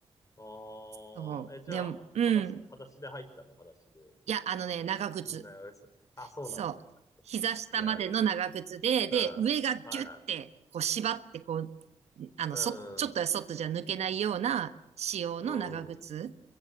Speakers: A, on the left; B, on the right.
A: ああ、
B: そう。
A: え、じゃあ、
B: でも、うん。
A: 裸足、裸足で入ったの、裸足で。
B: いや、あのね、長靴。
A: なやつ、あ、そうなんだ。
B: そう。膝下までの長靴で、
A: いや、う
B: で、
A: ん。はいは
B: 上がギュッて、こう縛って、こう、あの、
A: い。
B: そ、ちょっとやそっとじゃ抜けないような仕様の長靴。
A: うん。うん。